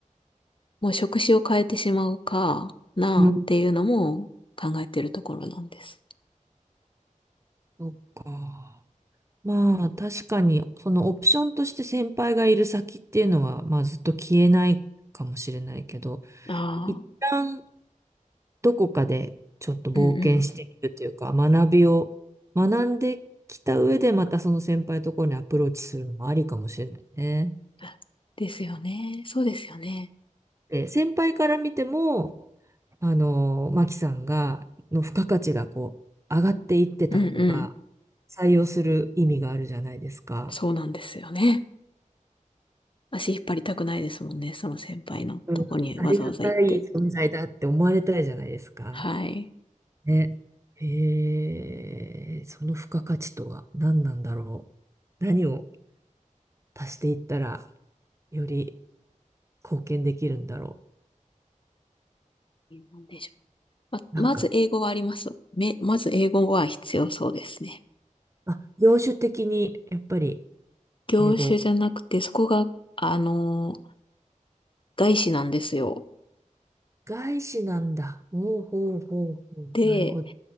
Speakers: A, on the left; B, on the right.
A: もう職種を変えてしまうかなっていうのも考えてるところなんです。
B: うん。そっか。まあ確かに、そのオプションとして先輩がいる先っていうのは、まあずっと消えないかもしれないけど、
A: ああ、
B: 一旦どこかでちょっと冒険しているというか、
A: うんうん。
B: 学びを学んできた上でまたその先輩のところにアプローチするのもありかもしれないね。
A: あですよね。そうですよね。
B: で、先輩から見ても、あの、マキさんが、の付加価値がこう、上がっていってた方が、
A: うんうん。
B: 採用する意味があるじゃないですか。
A: そうなんですよね。足引っ張りたくないですもんね。その先輩のとこにわざわざ行って。
B: うん、ありがたい存在だって思われたいじゃないですか。
A: はい。
B: ね。へえ、その付加価値とは何なんだろう。何を足していったらより貢献できるんだろ
A: なんでしょう。ま、
B: う。
A: まず英語はあります。
B: なんか、
A: め、まず英語は必要そうですね。
B: あ、業種的にやっぱり
A: 業種じゃなくて、
B: 英語。
A: そこが、あの、外資なんですよ。
B: 外資なんだ。ほうほうほうほう。
A: で、
B: なるほど。